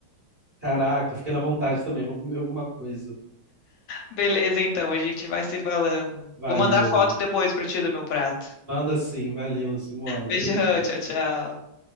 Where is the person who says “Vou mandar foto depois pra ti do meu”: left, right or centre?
Left